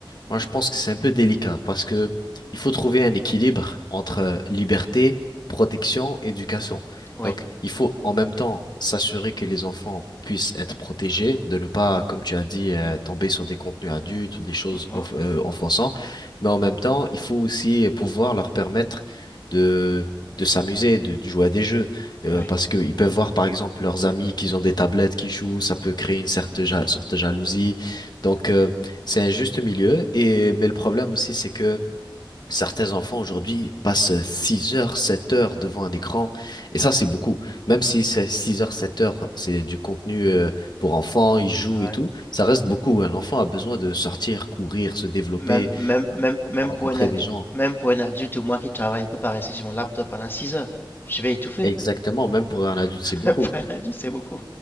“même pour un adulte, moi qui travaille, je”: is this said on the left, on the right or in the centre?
Left